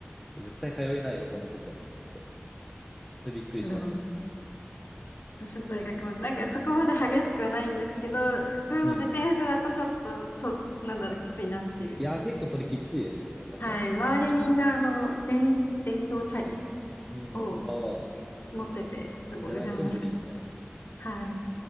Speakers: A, in the centre; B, on the left.
A: 絶対通えないわ、こんなとこと思って。で、びっくりしました。
B: いやでも、私の大学も、なんかそこまで激しくはないんですけど、普通の自転車だとちょっと、
A: うん。
B: と、なんだろう、きついなっていう。
A: いやー、結構それきついですね、その坂。
B: はい。周りみんな、あの、電、電動チャリ
A: うん。
B: を
A: ああ、
B: 持ってて、すごい羨ましくて。
A: じゃないと無理みたいな。い
B: はい。